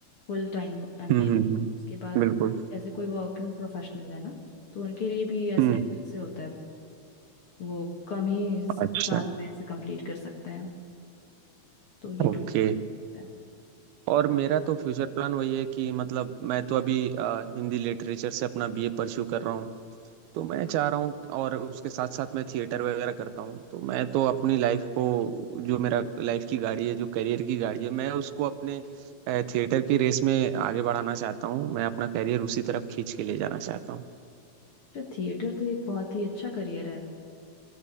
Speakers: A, on the left; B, on the right.
A: फुल टाइम एमबीए
B: हम्म हम्म हम्म
A: उसके बाद
B: बिल्कुल
A: जैसे कोई वर्किंग प्रोफेशनल है ना तो उनके लिए भी ऐसे
B: हम्म
A: अलग से होता है वो कम ही साल
B: अच्छा
A: में ऐसे कंप्लीट कर सकते हैं तो ये दो
B: ओके
A: टाइप होता है
B: और मेरा तो फ्यूचर प्लान वही है कि मतलब मैं तो अभी अ, हिंदी लिटरेचर से अपना बीए परस्यू कर रहा हूँ तो मैं चाह रहा हूँ और उसके साथ साथ मैं थिएटर वगैरह करता हूँ तो मैं तो अपनी लाइफ को जो मेरा लाइफ की गाड़ी है जो करियर की गाड़ी है मैं उसको अपने अ, थिएटर की रेस में आगे बढ़ाना चाहता हूँ मैं अपना करियर उसी तरफ खींच के ले जाना चाहता हूँ
A: तो थिएटर तो एक बहुत ही अच्छा करियर है